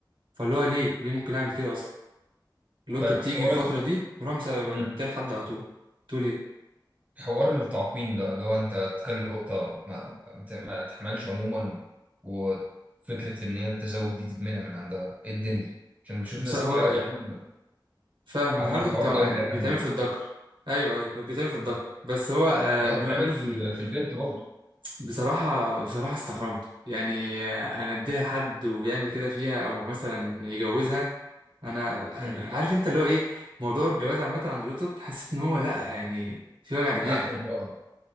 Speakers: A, on the right; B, on the right.
A: فاللي هو ليه ليه ممكن اعمل كده اصلا القطة
B: طيب
A: بتيجي
B: حوار
A: في
B: ال...
A: الفترة دي ورمسة
B: مم.
A: بديها لحد على طول تقول ايه
B: حوار التعقيم ده اللي هو انت تخلي القطة ما... ما ت- ما تحملش عموما وفكرة ان هي التزاوج دي تتمنع من عندها ايه الدنيا؟ عشان بشوف
A: بس
B: ناس
A: هو
B: كتير قوي عامله
A: فاهمك
B: عامله
A: الحوار
B: الحوار
A: ده كنت
B: ده ومضايق
A: بيتعمل
B: عنها
A: في الدكر ايوه ايوه كان بيتعمل في الدكر بس هو آه،
B: لا
A: انه
B: وبيتعمل
A: يعمله
B: في
A: في
B: ال...
A: ال...
B: في البنت برضه
A: بصراحه بصراحه استحرمته يعني آه، انا اديها لحد ويعمل كده فيها او مثلا يجوزها انا
B: مم.
A: أنا عارف انت اللي هو ايه موضوع الجواز عامه عند لوتو حسيت ان هو لا يعني في وجع دماغ
B: حق من الحقوق